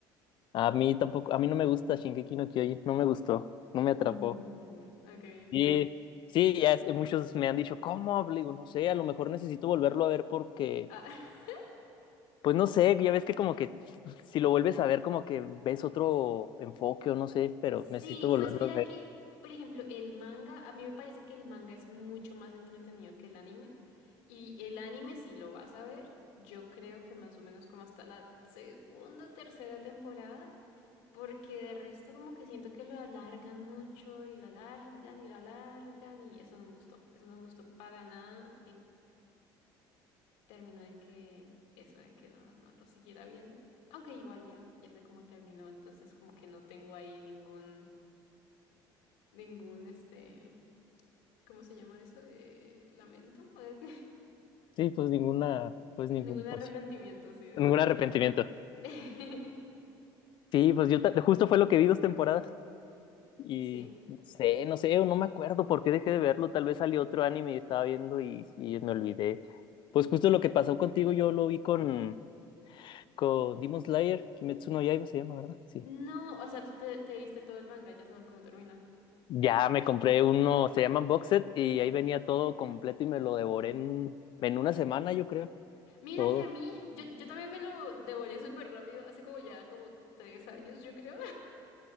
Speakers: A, on the left; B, on the left.
A: A mí tampoco, a mí no me gusta Shingeki no Kyojin, no me gustó, no me
B: Uh,
A: atrapó.
B: ok.
A: Y sí, ya es- muchos me han dicho, ¿cómo? Le digo, no sé, a lo mejor necesito volverlo a ver porque,
B: Ah, <laughs>
A: pues no sé, ya ves que como que si lo vuelves a ver como que ves otro enfoque o no sé, pero
B: sí,
A: necesito volverlo
B: pues mira
A: a ver.
B: que, por ejemplo, el manga, a mí me parece que el manga es mucho más entretenido que el anime. Y el anime, si lo vas a ver, yo creo que más o menos como hasta la segunda o tercera temporada, porque de resto como que siento que lo alargan mucho y lo alargan y lo alargan y eso no me gustó, eso no me gustó para nada. terminó en que eso, en que no, no lo siguiera viendo. Aunque igual ya, ya sé cómo terminó, entonces como que no tengo ahí ningún, ningún este, ¿cómo se llama eso? Eh, lamento, <laughs>
A: Sí, pues ninguna, pues ningún,
B: ningún arrepentimiento
A: pues sí,
B: así de,
A: ningún
B: de-
A: arrepentimiento.
B: de- <laughs>
A: Sí, pues yo ta- justo fue lo que vi dos temporadas. Y
B: Sí.
A: no sé, no sé, no me acuerdo por qué dejé de verlo. Tal vez salió otro anime y estaba viendo y, y me olvidé. Pues justo lo que pasó contigo, yo lo vi con, con Demon Slayer, Kimetsu no Yaiba se llama, ¿verdad? Sí.
B: No, o sea, tú te, te viste todo el manga, ya sabes cómo termina.
A: Ya me compré uno, se llaman Box Set, y ahí venía todo completo y me lo devoré en, en una semana, yo creo.
B: Mira
A: Todo.
B: que a mí, yo, yo también me lo devoré súper rápido, hace como ya como tres años, yo creo.